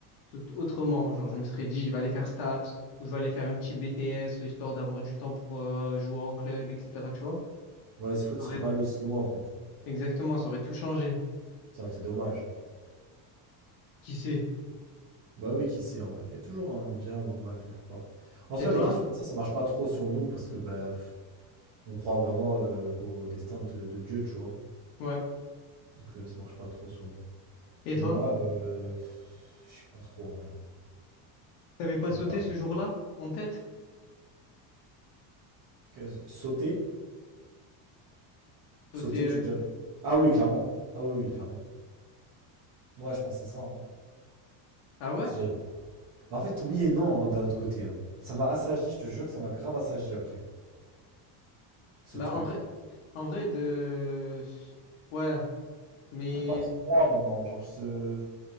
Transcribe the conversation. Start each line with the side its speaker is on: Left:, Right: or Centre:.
Left: tout autrement. Genre, je me serais dit, je vais aller faire STAPS ou je vais aller faire un petit BTS histoire d'avoir du temps pour euh, jouer en club, etc. Tu vois?
Right: Ouais, ce foot
Left: J'aurais-
Right: serait pas allé aussi loin en fait.
Left: Exactement, ça aurait tout changé.
Right: Ça aurait été dommage.
Left: Qui sait?
Right: Bah oui, qui sait en vrai. Il y a toujours un bien ou un mal quelque part. En
Left: Et
Right: soi,
Left: toi?
Right: les questions comme ça, ça marche pas trop sur nous parce que bah pff, on croit vraiment euh, au destin de, de Dieu, tu vois.
Left: Ouais.
Right: Donc euh, ça marche pas trop sur nous.
Left: Et
Right: Et
Left: toi?
Right: moi, euh, pff, je sais pas trop en vrai. hein.
Left: T'avais pas
Right: Je sais
Left: sauté
Right: pas.
Left: ce jour-là en tête?
Right: Que- Sauter? Sauter,
Left: Sauté. euh,
Right: tu veux dire? Ah oui, clairement. Ah oui, oui, clairement. Moi, je pensais ça. hein.
Left: Ah ouais?
Right: Si j'avais- Mais en fait, oui et non, hein, d'un autre côté. hein. Ça m'a assagi, je te jure que ça m'a grave assagi après, ce
Left: Bah
Right: truc.
Left: en vrai, en vrai de. Ouais, mais
Right: Ça fait partie de moi maintenant. Genre, ce...